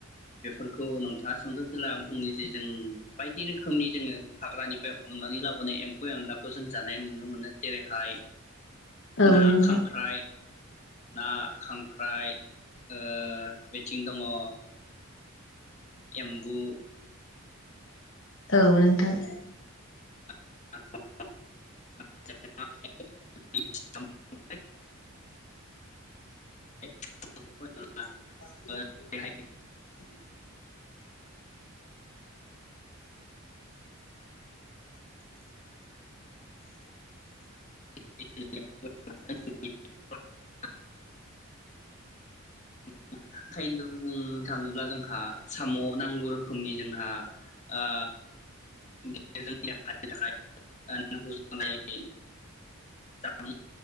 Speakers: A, on the left (about 35°); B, on the left (about 60°).
A: बेफोरखौ नोंथाङा सोंदों जेल्ला बुंनोसे जों बायदि रोखोम जोङो हाग्रानिफ्राय हमनानै ला लाबोनाय एम्फौ एनलाखौ जों जानाय नुनो मोनो जेरैहाय।
B: औ
A: ना
B: नोंथां
A: खांख्राइ ना खांख्राइ। ओ बिथिं दङ ओ एम्बु।
B: औ नोंथां।
A: <inaudible>
B: <unintelligible>
A: ओंखायनो <inaudible> <inaudible> बुंनो थाङोब्ला जोंहा साम नांगौ रोखोमनि जोंहा ओ <inaudible> थाखाय नांगौ जानाय जामुं